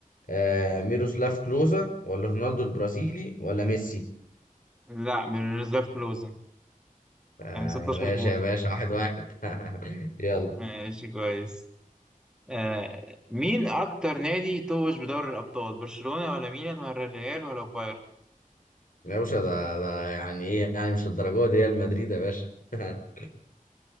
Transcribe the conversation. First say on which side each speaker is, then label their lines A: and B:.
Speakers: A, on the left; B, in the centre.
A: آه، ميروسلاف كلوزا ولا رونالدو البرازيلي ولا ميسي؟
B: لا بالريزيرف كلوز
A: آه،
B: يعني 16
A: ماشي
B: جون
A: يا باشا واحد واحد <laughs> يلا
B: ماشي كويس آه، مين أكتر نادي توج بدوري الأبطال برشلونة ولا ميلان ولا الريال ولا بايرن
A: يا باشا ده ده يعني ايه يعني مش للدرجة دي ريال مدريد يا باشا <laughs>